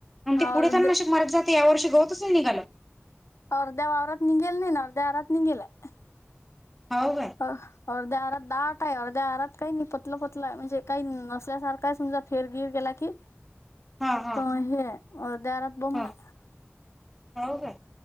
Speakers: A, in the centre; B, on the left.
A: मग ते पुढे
B: अर्धे
A: तननाशक मारत जातं, या वर्ष गवतच नाही निघालं.
B: अर्ध्या वावरात निघेल नाई, अर्ध्या वावरात निघेल आय.
A: हो का
B: अर्ध्या आरात दाट आहे अर्ध्या आरात काही नाही पतलं पतलंय म्हणजे काही नसल्यासारखा समजा फिरवीर गेला की
A: <unintelligible> हा
B: अ हे दरात बम
A: हा
B: आहे
A: हो का